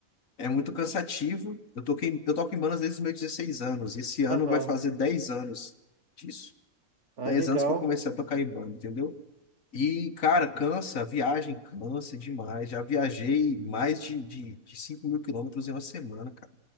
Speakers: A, on the left; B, on the right.
A: é muito cansativo. Eu toquei, eu toco em bandas desde os meus 16 anos. Esse ano
B: Aham.
A: vai fazer 10 anos disso.
B: Ah,
A: dez
B: legal.
A: anos que eu comecei a tocar em banda, entendeu? E, cara, cansa, a viagem cansa demais. Já viajei mais de, de, de 5 mil quilômetros em uma semana, cara.